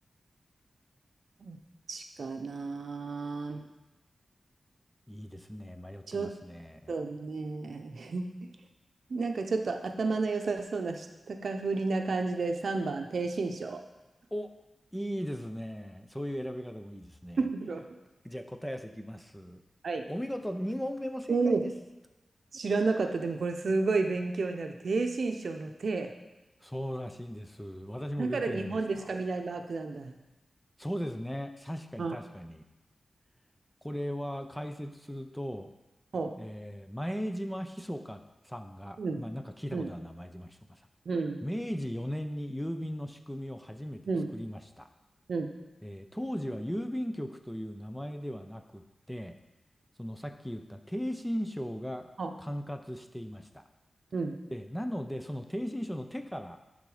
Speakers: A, on the right (about 75°); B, in the centre.
A: どっちかな。
B: いいですね。迷ってますね。
A: ちょっとね、<laughs> なんかちょっと頭の良さそうなしたかふりな感じで3番、低身長。
B: お、いいですね。そういう選び方もいいですね。
A: <laughs>
B: じゃあ答え合わせいきます。
A: はい。
B: お見事、2問目も正解です。
A: おお、知らなかった。でもこれすごい勉強になる。低身長の低。
B: そうらしいんです。私も勉強になりました。
A: だから日本でしか見ないマークなんだ。
B: そうですね。確かに確かに。
A: あ、
B: これは解説すると、
A: ほ
B: えー前島ひそかさんが、
A: う。うん。
B: まあなんか聞いたことあるな、
A: うん。
B: 前島ひそかさん。
A: うん。
B: 明治4年に郵便の仕組みを初めて作りました。
A: うん。うん。
B: えー当時は郵便局という名前ではなくって、そのさっき言った逓信省が管轄していました。
A: ほう。うん。
B: で、なので、その逓信省の手から